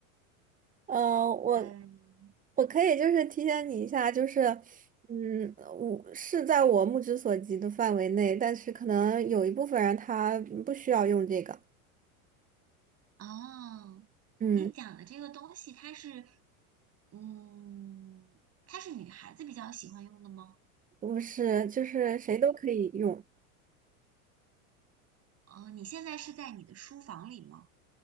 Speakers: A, on the right; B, on the right.
A: 呃，我
B: 嗯
A: 我可以就是提醒你一下，就是，嗯，我是在我目之所及的范围内，但是可能有一部分人他不需要用这个。
B: 哦，
A: 嗯，
B: 你讲的这个东西，它是，嗯，它是女孩子比较喜欢用的吗？
A: 不是，就是谁都可以用。
B: 哦，你现在是在你的书房里吗？